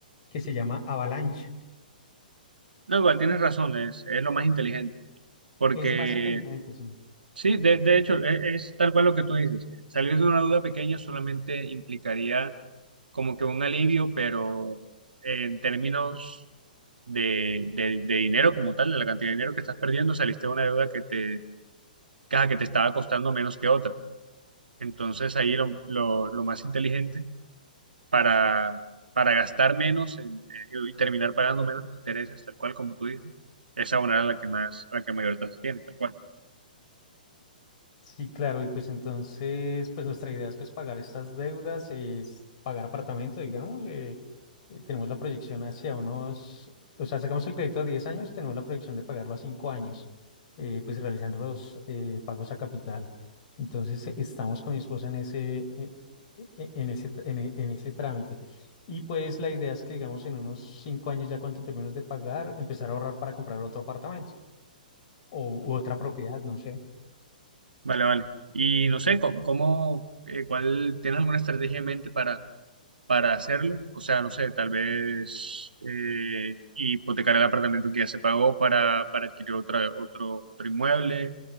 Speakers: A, on the left (about 50°); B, on the right (about 80°).
A: que se llama avalancha.
B: No, igual tienes razón, es, es lo más inteligente, porque
A: Es más inteligente, sí.
B: Sí, de, de hecho, e- es, tal cual lo que tú dices. Salir de una duda pequeña solamente implicaría como que un alivio, pero en términos de, de- de dinero como tal, de la cantidad de dinero que estás perdiendo, saliste de una deuda que te, caja que te estaba costando menos que otra. Entonces ahí lo, lo- lo más inteligente para, para gastar menos en- en- y terminar pagando menos intereses, tal cual como tú dices, es abonar a la que más, a la que mayor tasa tiene, tal cual.
A: Sí, claro, y pues entonces, pues nuestra idea es pues pagar estas deudas, es pagar apartamento, digamos, eh, eh, tenemos la proyección hacia unos, o sea, sacamos el crédito a 10 años, tenemos la proyección de pagarlo a 5 años, eh, pues realizando los eh, pagos a capital. Entonces, eh, estamos con mi esposa en ese, eh, e- e- en ese, tr- en, e- en ese trámite. Y pues la idea es que, digamos, en unos 5 años ya cuando termines de pagar, empezar a ahorrar para comprar otro apartamento o u otra propiedad, no sé.
B: Vale, vale. Y no sé, co- ¿cómo, eh, cuál, tienes alguna estrategia en mente para, para hacerlo? O sea, no sé, tal vez eh, hipotecar el apartamento que ya se pagó para, para adquirir otra, otro, otro inmueble,